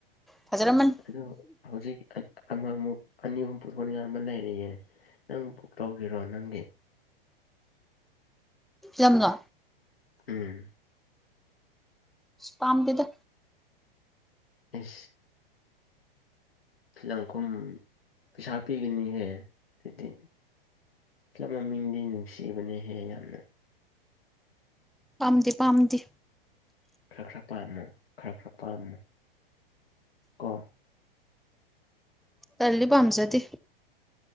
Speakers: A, in the centre; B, on the left (about 80°).
A: ꯐꯖꯔꯝꯃꯅꯤ
B: ꯑꯣ ꯍꯧꯖꯤꯛ ꯑꯃꯃꯨꯛ ꯑꯅꯤ ꯑꯍꯨꯝ ꯄꯨꯊꯣꯛꯅꯤꯡꯉꯥꯏ ꯑꯃ ꯂꯩꯔꯤꯌꯦꯦ ꯅꯪ ꯕꯨꯛ ꯇꯧꯒꯤꯔꯣ ꯅꯪꯒꯤ
A: ꯝꯅ
B: ꯎꯝ
A: ꯇꯝ ꯀꯗ
B: ꯎꯝ ꯐꯤ ꯂꯪꯈꯨꯝ ꯄꯩꯁꯥ ꯄꯤꯒꯅꯤꯍꯦ ꯑꯗꯨꯗꯤ ꯈꯞ ꯃꯃꯤꯡꯗꯤ ꯅꯨꯡꯁꯤꯕꯅꯍꯦ ꯌꯥꯝꯅ
A: ꯄꯥꯝꯗꯦ ꯄꯥꯝꯗꯦ
B: ꯈꯔ ꯈꯔ ꯄꯥꯝꯃꯨ ꯈꯔ ꯈꯔ ꯄꯥꯝꯃꯨ ꯀꯣ
A: ꯀꯂꯤ ꯄꯥꯝꯖꯗꯤ